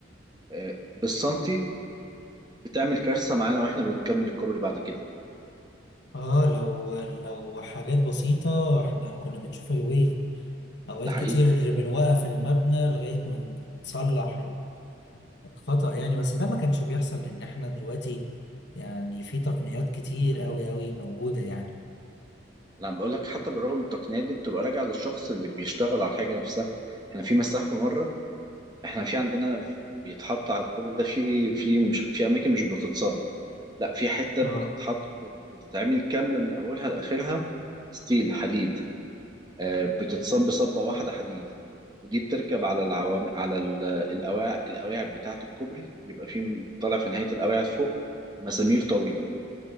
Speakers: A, on the right (about 20°); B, on the left (about 55°).
A: آه، بالسنتي بتعمل كارثه معانا واحنا بنكمل الكوبري بعد كده
B: اه لو لو حاجات بسيطة احنا كنا بنشوف الويل اوقات
A: ده حقيقي
B: كتير بنوقف المبنى لغاية ما نصلح الخطأ يعني بس ده ما كانش بيحصل لان احنا دلوقتي يعني في تقنيات كتير قوي قوي موجودة يعني
A: انا بقول لك حتى بالرغم من التقنيات دي بتبقى راجعه للشخص اللي بيشتغل على الحاجه نفسها احنا في مساح في مره احنا في عندنا في- بيتحط على الكوبري ده في في مش في اماكن مش بتتصب لا في حته بتتحط
B: اه
A: بتتعمل كامله من اولها لاخرها ستيل حديد آه، بتتصب صبه واحده حديد ودي بتركب على العوام على ال- القواع القواعد بتاعه الكوبري بيبقى في طالع في نهايه القواعد فوق مسامير طويله